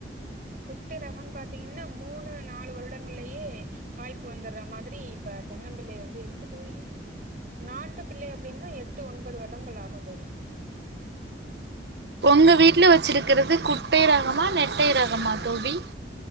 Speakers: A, on the right; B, on the right.
A: குட்டை ரகம் பாத்தீங்கன்னா மூணு நாலு வருடங்கள்லையே காய்ப்பு வந்துர்ற மாதிரி இப்ப தென்னம்பிள்ளை வந்து இருக்கு தோழி நாட்டு பிள்ளை அப்படின்னா எட்டு ஒன்பது வருடங்கள் ஆகும் தோழி
B: உங்க வீட்டுல வச்சிருக்குறது குட்டை ரகமா நெட்டை ரகமா தோழி